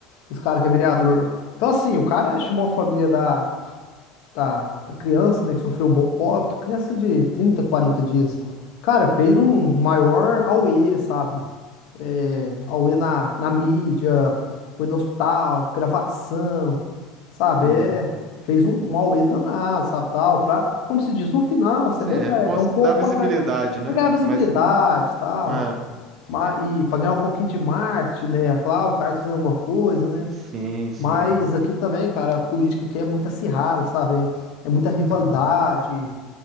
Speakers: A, on the left; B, on the right.
A: Esse cara que é vereador. Então, assim, o cara chamou a família da, da, da criança, né, que sofreu bo- óbito, criança de 30, 40 dias. Cara, fez um maior auê, sabe? É, auê na, na mídia, foi no hospital, gravação, sabe?
B: uhum.
A: É, fez um, um auê danado, sabe? Tal, pra, como se diz, no final, você
B: Sim,
A: vê
B: é,
A: que é,
B: mos-
A: é um pouco
B: dá visibilidade,
A: pra, ganhar-
B: né?
A: pra ganhar visibilidade,
B: Mas,
A: tal,
B: ah,
A: ma- e pra ganhar um pouquinho de marketing, né? Falar, ah, o cara tá fazendo alguma coisa, né?
B: sim, sim.
A: Mas aqui também, cara, a política aqui é muito acirrada, sabe? É, é muita rivalidade.
B: é.